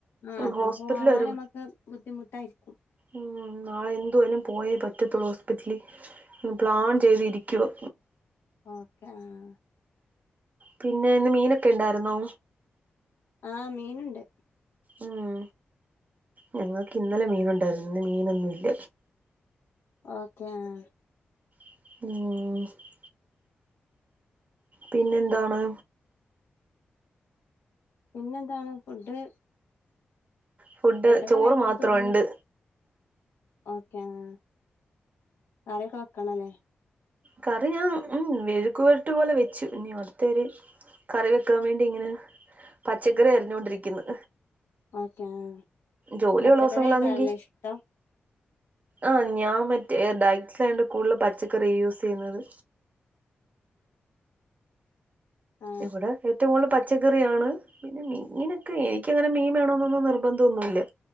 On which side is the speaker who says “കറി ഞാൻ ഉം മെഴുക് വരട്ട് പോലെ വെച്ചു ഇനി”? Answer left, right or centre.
Right